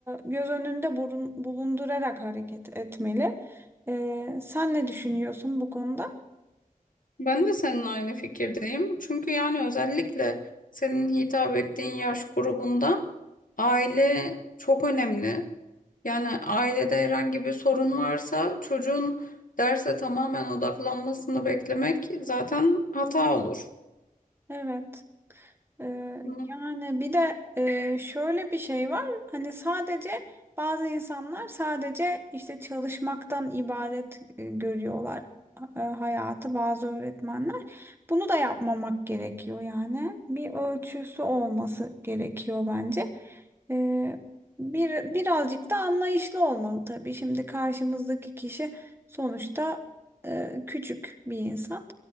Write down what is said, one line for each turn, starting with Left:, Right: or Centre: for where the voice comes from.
Right: göz önünde burun- bulundurarak hareket etmeli. Ee, sen ne düşünüyorsun bu konuda?
Left: Ben de seninle aynı fikirdeyim. Çünkü yani özellikle senin hitap ettiğin yaş grubunda aile çok önemli. Yani ailede herhangi bir sorun varsa çocuğun derse tamamen odaklanmasını beklemek zaten hata olur.
Right: Evet. Ee,
Left: Hı,
Right: yani bir de e, şöyle bir şey var. Hani sadece bazı insanlar sadece işte çalışmaktan ibaret e, görüyorlar e, hayatı bazı öğretmenler. Bunu da yapmamak gerekiyor yani. Bir ölçüsü olması gerekiyor bence. Ee, bir birazcık da anlayışlı olmalı tabii. Şimdi karşımızdaki kişi sonuçta e, küçük bir insan.